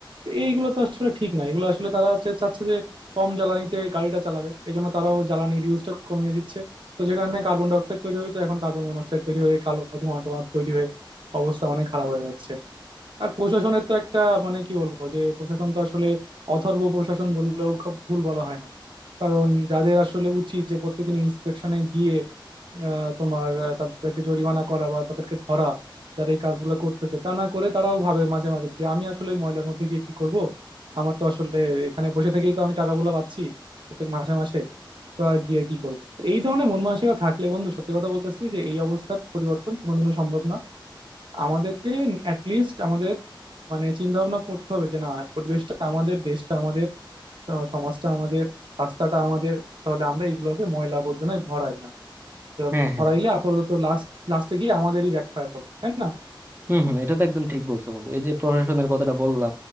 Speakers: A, on the right; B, on the right.
A: এইগুলো তো আসলে ঠিক না এগুলো আসলে তারা হচ্ছে চাচ্ছে যে কম জ্বালানিতে গাড়িটা চালাবে এই জন্য তারাও জ্বালানির ইউজটা কমিয়ে দিচ্ছে তো যেখানে কার্বন ডাই অক্সাইড তৈরি হয়ে তো এখন কার্বন মনোক্সাইড তৈরি হয়ে কালো ধোঁয়া টোয়া তৈরি হয়ে অবস্থা অনেক খারাপ হয়ে যাচ্ছে আর প্রশাসনের তো একটা মানে কি বলবো যে প্রশাসন তো আসলে অথর্ব প্রশাসন বললেও খুব ভুল বলা হয় না কারণ যাদের আসলে উচিত যে প্রত্যেকদিন ইন্সপেকশনে গিয়ে আহ, তোমার আহ, তাদেরকে জরিমানা করা বা তাদেরকে ধরা যারা এই কাজগুলো করতেছে তা না করে তারাও ভাবে মাঝে মাঝে যে আমি আসলে এই ময়লার মধ্যে গিয়ে কি করব আমার তো আসলে এখানে বসে থেকেই তো আমি টাকাগুলো পাচ্ছি প্রত্যেক মাসে মাসে তো আর গিয়ে কি করবো তো এই ধরনের মন মানসিকতা থাকলে বন্ধু সত্যি কথা বলতেছি যে এই অবস্থার পরিবর্তন কোনোদিনও সম্ভব না আমাদেরকে অ্যাটলিস্ট আমাদের মানে চিন্তা ভাবনা করতে হবে যে না পরিবেশটা আমাদের দেশটা আমাদের স- সমাজটা আমাদের রাস্তাটা আমাদের তাহলে আমরা এইগুলোকে ময়লা আবর্জনায় ভরাই না কারণ
B: হ্যাঁ
A: ভরাইলে
B: হ্যাঁ
A: আপাতত লাস্ট লাস্টে গিয়ে আমাদেরই ব্যাকফায়ার হবে তাই না
B: হম হম এটা তো একদম ঠিক বলছো বন্ধু এই যে প্রশাসনের কথাটা বললা